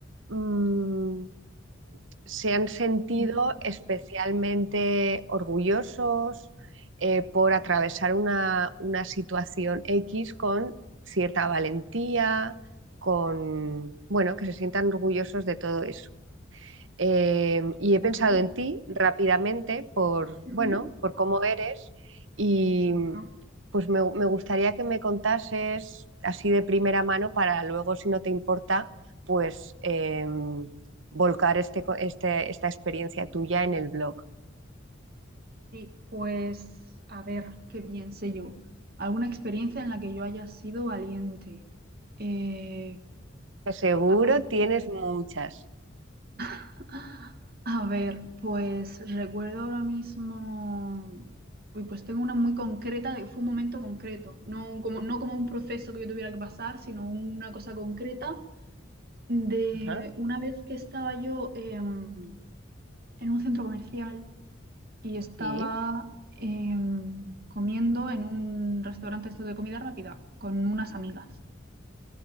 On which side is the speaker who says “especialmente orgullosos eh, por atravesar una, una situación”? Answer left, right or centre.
Right